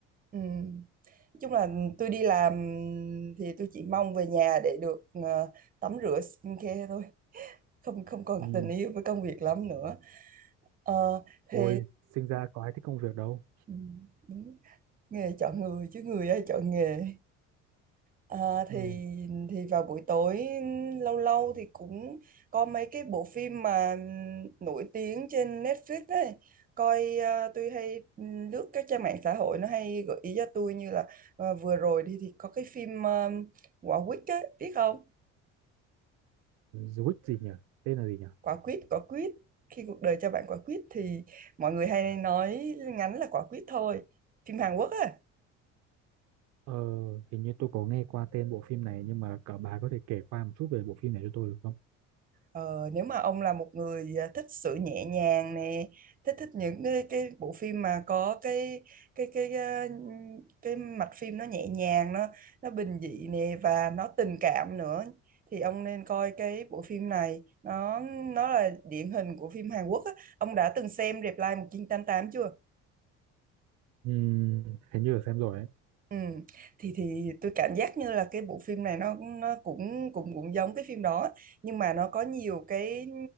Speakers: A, on the right; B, on the right.
A: Ừ. Nói chung là tôi đi làm thì tôi chỉ mong về nhà để được ờ, tắm rửa skincare thôi không không còn
B: ừ.
A: tình yêu với công việc lắm nữa Ờ,
B: ôi
A: thì
B: sinh ra có ai thích công việc đâu
A: ừ, đúng nghề chọn người chứ người ai chọn nghề À, thì
B: ừ.
A: thì vào buổi tối lâu lâu thì cũng có mấy cái bộ phim mà ừm, nổi tiếng trên Netflix ấy coi ờ, tôi hay ừm, lướt các trang mạng xã hội nó hay gợi ý cho tôi như là ờ, vừa rồi thì thì có cái phim um, Quả quýt ấy biết không
B: Zwick gì nhỉ? Tên là gì nhỉ?
A: Quả quýt Quả quýt khi cuộc đời cho bạn quả quýt thì mọi người hay nói ngắn là Quả quýt thôi phim Hàn Quốc á
B: Ờ, hình như tôi có nghe qua tên bộ phim này nhưng mà cả bà có thể kể qua một chút về bộ phim này cho tôi được không?
A: Ờ, nếu mà ông là một người à, thích sự nhẹ nhàng nè, thích thích những cái, cái bộ phim mà có cái cái cái à, cái mạch phim nó nhẹ nhàng nó nó bình dị nè và nó tình cảm nữa thì ông nên coi cái bộ phim này nó nó là điển hình của phim Hàn Quốc á. Ông đã từng xem Reply 1988 chưa?
B: Ừm, hình như là xem rồi ấy.
A: Ừ. Thì thì tôi cảm giác như là cái bộ phim này nó nó cũng cũng cũng giống cái phim đó nhưng mà nó có nhiều cái